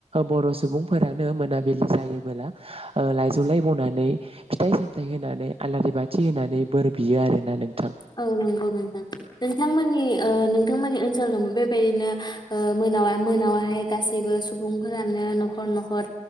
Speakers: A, on the right (about 50°); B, on the left (about 35°).
A: बर सुबुंफोरानो मोनाबिलि जायो। बोला ओ लाइजौलाय बनानै फिथाइ सामथायाइ होनानै आलारि बाथि होनानै बोर बियो आरोना नों
B: औ नंगौ नोंथां नोंथांमोननि नोंथां मोननि ओनसो खुलुमो बेबायदिनो मोना मोनायावाहाय गासैबो सुबुंफोरानो न'खर न'खर